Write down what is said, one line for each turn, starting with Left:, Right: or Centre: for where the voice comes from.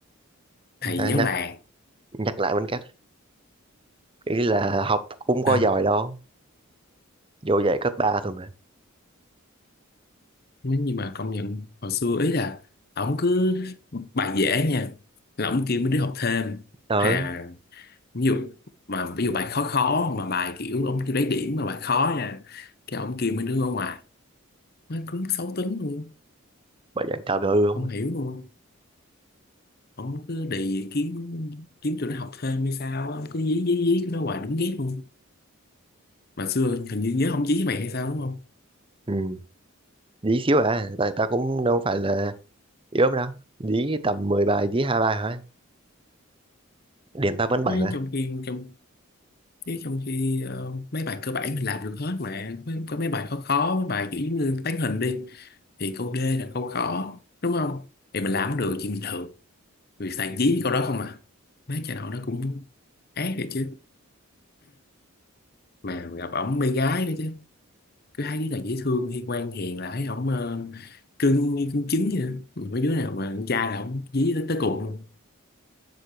Left: thầy
Right: à,
Left: giáo
Right: nhắc
Left: làng
Right: nhắc lại bên cách ý là học cũng có
Left: à,
Right: giỏi đâu vô dạy cấp 3 thôi mà
Left: nếu như mà công nhận hồi xưa ý là ổng cứ bài dễ nha là ổng kêu mấy đứa học thêm
Right: ừ
Left: hay là ví dụ mà ví dụ bài khó khó mà bài kiểu ông kêu lấy điểm mà bài khó nha cái ông kia mấy đứa ở ngoài nó cứ xấu tính luôn
Right: bà dạy trời ơi không
Left: không
Right: à.
Left: hiểu luôn ông cứ đì kiếm kiếm tụi nó học thêm hay sao á cứ dí dí dí tụi nó hoài đúng ghét luôn mà xưa hình như nhớ ông dí với mày hay sao đúng không
Right: ừ dí xíu à tại ta cũng đâu phải là yếu lắm đâu dí tầm 10 bài dí hai bài thôi điểm tao vẫn bảy
Left: Mấy
Right: mà
Left: trong khi trong chứ trong khi ờ, mấy bài cơ bản thì làm được hết mà có, có mấy bài khó khó mấy bài kiểu như tán hình đi thì câu D là câu khó đúng không thì mình làm cũng được chuyện bình thường Người xài dí cái câu đó không à Mấy cha nội nó cũng ác rồi chứ Mà gặp ổng mê gái nữa chứ Cứ thấy đứa nào dễ thương hay ngoan hiền là thấy ổng ờ, cưng như cưng trứng vậy đó. Mấy đứa nào mà con trai là ổng dí tới, tới cùng luôn